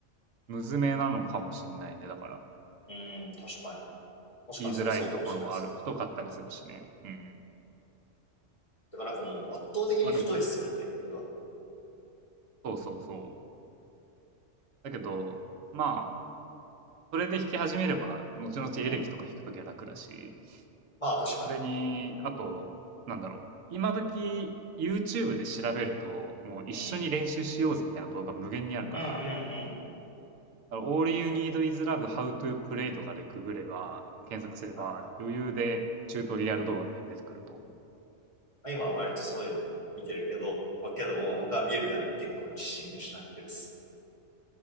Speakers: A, on the right; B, on the left.
A: むずめなのかもしんないね。だから、
B: うん、確かに。もしかしたらそうかもしれないですね。
A: 言いづらいところはある。太かったりするしね。うん。
B: てからなんかもう圧倒的に太いっすよね、
A: まあでも、
B: ネックが。
A: そうそうそう。だけど、まあ、それで弾き始めれば、後々エレキとか弾くときは楽だし、
B: うん。まあ確かに。
A: それに、あと、なんだろう。今時、YouTube で調べると、もう一緒に練習しようぜみたいな動画無限にあるから、
B: うん。うんうんうん。
A: だから All You Need Is Love How to Play とかでググれば、検索すれば、
B: はいは
A: 余裕でチュートリアル動画みたいに出てくると思う。
B: い。今は割とそういうの見てるけど、まあけどもう僕は見るたびに結構自信失ってるっす。